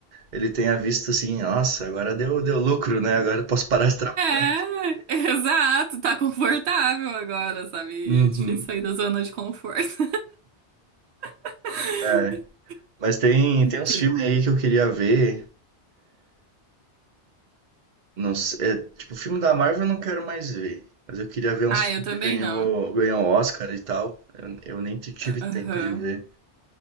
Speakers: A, on the right; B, on the right.
A: ele tenha visto assim, nossa, agora deu, deu lucro, né? Agora eu posso parar de trabalhar.
B: É, <laughs> exato, tá confortável agora, sabe?
A: Uhum.
B: É difícil sair da zona de conforto. <laughs>
A: É. Mas tem, tem uns
B: Quem-
A: filmes aí que eu queria ver. Não sei, é, tipo, filme da Marvel eu não quero mais ver. Mas eu queria ver uns
B: Ah,
A: filmes
B: eu também
A: que ganhou,
B: não.
A: ganhou Oscar e tal. Eu, eu nem t- tive tempo
B: Aham.
A: de ver.